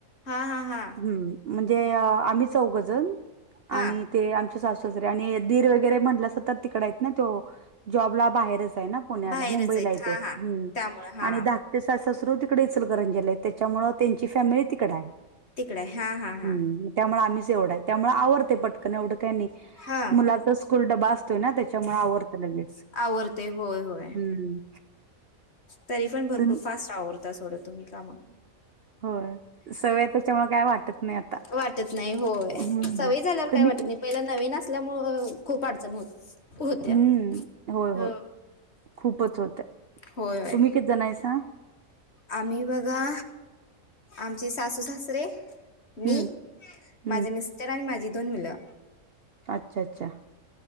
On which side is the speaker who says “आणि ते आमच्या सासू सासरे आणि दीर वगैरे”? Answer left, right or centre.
Right